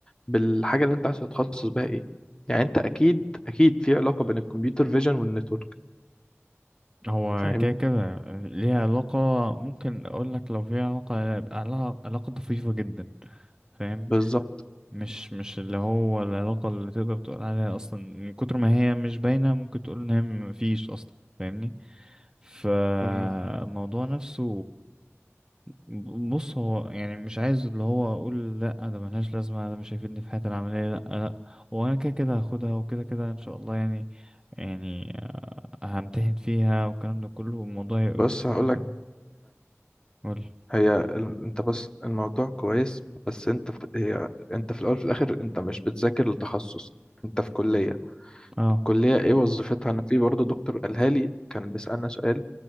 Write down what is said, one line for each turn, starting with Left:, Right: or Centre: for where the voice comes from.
Left: بالحاجة اللي انت عايز تتخصص بها ايه يعني انت اكيد اكيد في علاقة بين الكمبيوتر فيجن والنتورك
Right: هو
Left: فاهمني
Right: كده كده ليها علاقة ممكن أقول لك لو فيها علاقة يبقى لها علاقة طفيفة جدا فاهم
Left: بالظبط
Right: مش مش اللي هو العلاقة اللي تقدر تقول عليها أصلا من كتر ما هي مش باينة ممكن تقول إن هي مفيش أصلا فاهمني فالموضوع
Left: مم.
Right: نفسه ب- بص هو يعني مش عايز اللي هو أقول لأ ده ملهاش لازمة ده مش هيفيدني في حياتي العملية لأ لأ هو أنا كده كده هاخدها وكده كده إن شاء الله يعني يعني همتحن فيها والكلام ده كله والموضوع هيبقى
Left: بص
Right: بالنسبة
Left: هقول
Right: لي تمام
Left: لك
Right: قول
Left: هي ال- انت بس الموضوع كويس بس انت في... هي انت في الاول في الاخر انت مش بتذاكر التخصص انت في كلية
Right: اه
Left: الكلية ايه وظيفتها انا في برضه دكتور قالها لي كان بيسألنا سؤال